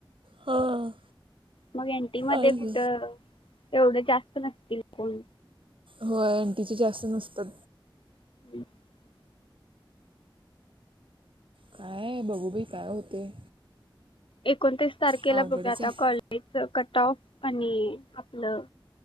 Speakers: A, on the right (about 80°); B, on the left (about 80°).
A: हां
B: मग एनटी मध्ये
A: आहे.
B: कुठं एवढं जास्त नसतील कोण.
A: हो एनटीची जास्त नसतात.
B: <unintelligible>
A: काय बघूबाई काय होतंय.
B: एकोणतीस तारखेला
A: अवघडच
B: बघू आता
A: आहे
B: कॉल ह्याच कटऑफ आणि आपलं